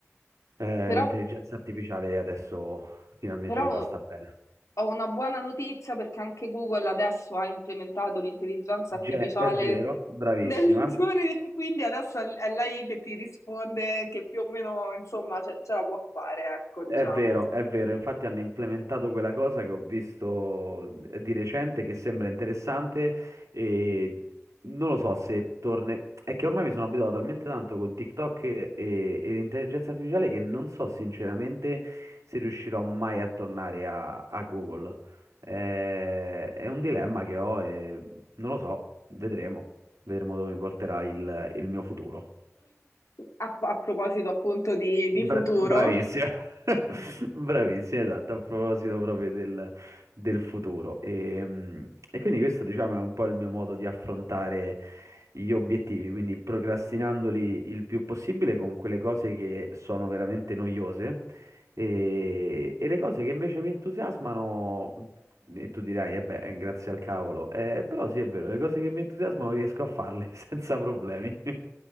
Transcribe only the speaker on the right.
eh,
l'intelligenza artificiale adesso finalmente
mi fa star bene.
Ge- è vero, bravissima.
È vero, è vero, infatti hanno implementato quella cosa che ho visto eh, di recente che sembra interessante e non lo so se torne... È che ormai mi sono abituato talmente tanto con TikTok e, e- e l'intelligenza artificiale che non so sinceramente se riuscirò mai a tornare a, a Google. Eh, È, un dilemma che ho e non lo so, vedremo, vedremo dove mi porterà il il mio futuro.
Bra-
bravissima, <laughs> bravissima, esatto, a proposito proprio del, del futuro. E, mh, e quindi questo, diciamo, è un po' il mio modo di affrontare gli obiettivi, quindi procrastinandoli il più possibile con quelle cose che sono veramente noiose e, e le cose che invece mi entusiasmano, e tu dirai, eh beh, grazie al cavolo, Eh, però sì, è vero, le cose che mi entusiasmano riesco a farle <laughs> senza problemi. <laughs>